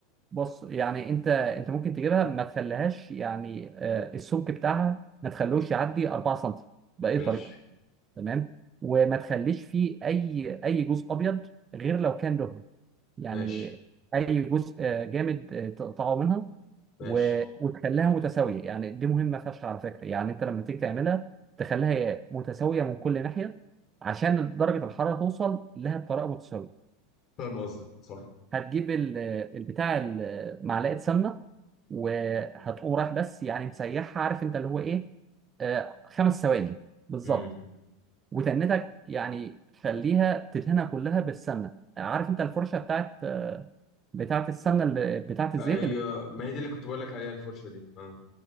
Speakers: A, on the right; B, on the left.
A: بص يعني انت انت ممكن تجيبها ما تخليهاش يعني آه، السمك بتاعها ما تخلوش يعدي 4 سم باي
B: ماشي
A: طريقه تمام وما تخليش فيه اي اي جزء ابيض غير لو كان دهن يعني
B: ماشي
A: اي جزء آه، جامد آه، تقطعه منها
B: ماشي
A: و- وتخليها متساويه يعني دي مهمه فشخ على فكره يعني انت لما تيجي تعملها تخليها متساويه من كل ناحيه عشان درجه الحراره توصل لها بطريقه متساويه
B: فاهم قصدك صح
A: هتجيب ال- البتاع ال- معلقه سمنه وهتقوم رايح بس يعني مسيحها عارف انت اللي هو ايه آه خمس ثواني بالظبط
B: امم
A: وتنتك يعني خليها تدهنها كلها بالسمنه عارف انت الفرشه بتاعت آه، بتاعت السمنه اللي بتاعت الزيت
B: ايوه
A: اللي بتبقى
B: ما هي دي اللي كنت بقول لك عليها الفرشه دي اه